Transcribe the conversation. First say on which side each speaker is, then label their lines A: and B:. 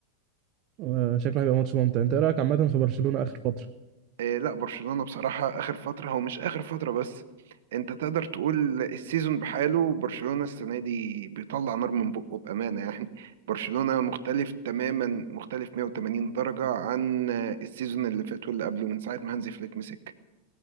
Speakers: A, on the right; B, on the right.
A: آه، شكله هيبقى ماتش ممتع انت ايه رايك عامه في برشلونه اخر فتره
B: إيه لا برشلونة بصراحة اخر فترة هو مش اخر فترة بس انت تقدر تقول السيزون بحاله برشلونة السنة دي بيطلع نار من بقه بأمانة يعني برشلونة مختلف تماما مختلف 180 درجة عن السيزون اللي فات واللي قبله من ساعة ما هانزي فليك مسك